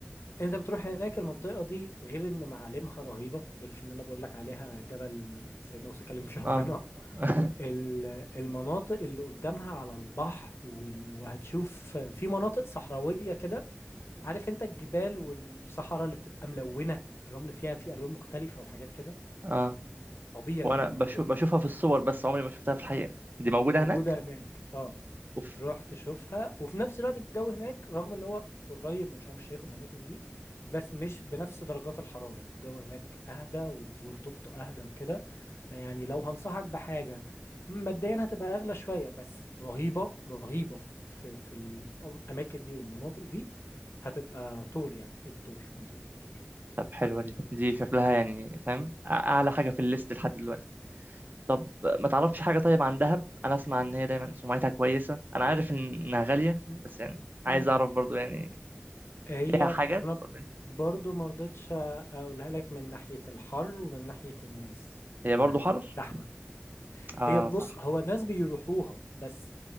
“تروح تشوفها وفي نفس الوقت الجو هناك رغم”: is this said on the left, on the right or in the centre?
Left